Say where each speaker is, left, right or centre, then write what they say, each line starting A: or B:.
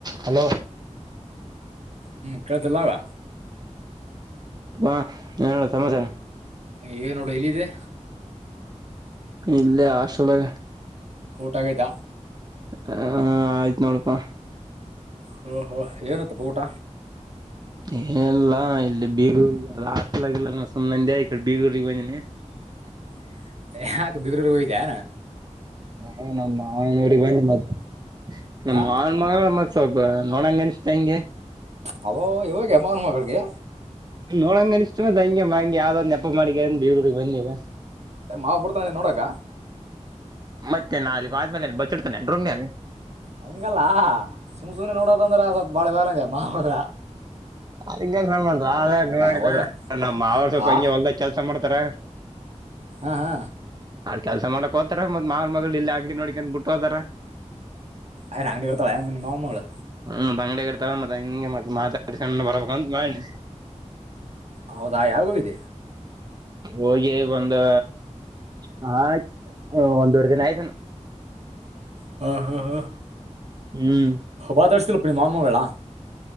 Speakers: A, on the right; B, on the right.
A: Hello.
B: ಹ್ಮ್ ಕಾಳ್ದುಲ್ಲಾಗ.
A: ಹಾ ಏನಣ್ಣ ಸಮಚರ.
B: ಏ ನೋಡ್ ಎಲ್ಲಿದಿ.
A: ಇಲ್ಲೇ ಹಾಸ್ಟೆಲ್ದಾಗ.
B: ಊಟಗೈತ.
A: ಹ ಆಯ್ತ್ ನೋಡಪ್ಪ.
B: ಹೊ ಹೊ ಎನಾತಪ ಊಟ.
A: ಏನುಲ್ಲಾ ಇಲ್ಲಿ ಬೀಗ್ರು ಅಲ್ ಹಾಸ್ಟೆಲಾಗ್ ಇಲ್ ನನ್ ಸುಮ್ನನಂದೇ ಈಕಡೆ ಬೀಗ್ರುರಿಗ್ ಬಂದೇನಿ.
B: <inaudible> ಹ್ಯಾಕ್ ಬೀಗ್ರೂರಿಗ್ ಹೋಗಿದೀಯ.
A: ಹೂ ನಮ್ ಮಾವೂನ್ ಊರಿಗ್ ಬಂದೀನ್ ನಾನು ನಮ್
B: ಹಾ
A: ಮಾವೂನ್ ಮಗ್ಳು ಮಸ್ತ್. ಸೊಲ್ಬ ನೋಡಂಗನಿಸ್ತಾಂಗೆ.
B: ಹಬಬಬ ಇವಾಗೆ ಮಾವೂನ್ ಮಗ್ಳಿಗೆ.
A: ನೋಡಂಗನಿಸ್ತು ಮತ್ ಹಂಗೆ ಬಂಗೆ ಯಾವ್ದ ಒಂದ್ ನೆಪ ಮಾಡ್ಕೇಂದ್ ಬೀಗ್ರುರಿಗ್ ಬಂದ್ನಿಗ.
B: ಮಾವ ಬುಡ್ತಾನೇನ್ ನೋಡಾಕ.
A: ಮತ್ತೆ ನಾ ಅಲ್ಲಿಗ್ ಒದ್ಮೇಲ್ ಏನ್ ಬಚ್ಚಿಡ್ತನೆೇನ್ ರೂಮ್ನೇಗ.
B: ಹಂಗಲ್ಲ ಸುಮ್ ಸುಮ್ನೆ ನೋಡದಂದ್ರ ಅದ್ ಬಾಳ ಇದಗ್ಲಾತೆ ಮಾವುಗ.
A: ನಮ್ಗೇನ್ ಸಂಬಂಧ ನಾವ್ ಏನ್ ನೋಡಿದ್ವ
B: ಹೋದ್ರ
A: ನಮ್ಮ್ ಮಾವ ಸೋಲ್ಪ
B: ಆ
A: ಹಂಗೆ ಹೊಲ್ದಗ್ ಕೆಲ್ಸ ಮಾಡ್ತ. ತರ.
B: ಹಾ ಹಾ.
A: ಅವ್ರು ಕೆಲ್ಸ ಮಾಡಕ್ ಹೋತರೆ ಮತ್ ಮಾವನ್ ಮಗ್ಳು ಇಲ್ಲೇ ಅಂಗ್ಡಿ ನೋಡ್ಕ್ಯಾಂತ್ ಬಿಟೋತರ.
B: ಏನ್ ಅಂಗ್ಡೆಗ್ ಇರ್ತಾಳೆನ್ ನಿಮ್ ಮಾವೂನ್ ಮಗ್ಳು.
A: ಹ್ಮ್ ಮತ್ ಅಂಗ್ಡೇಗಿರ್ತಾಳ ಮತ್ ಹಂಗೆ ಮತ್ ಮಾತಾಡುಸ್ಕೆತ್ ಬರ್ಬಾಕಾಂತ್ ಮಾಡ್.
B: ಹೌದಾ ಯಾವಾಗ್ಹೋಗಿದಿ.
A: ಹೋಗಿ ಒಂದು ನಕ್. ಒಂದೂವರ್ದಿನ್ ಅಯ್ತೆನ.
B: ಹಾ ಹಾ ಹಾ.
A: ಹ್ಮ್.
B: ಮಾತಾಡುಸ್ದ ಇಲ್ಲಪಾ ನಿಮ್ ಮಾವೂನ್ ಮಗ್ಳುನ್ನ.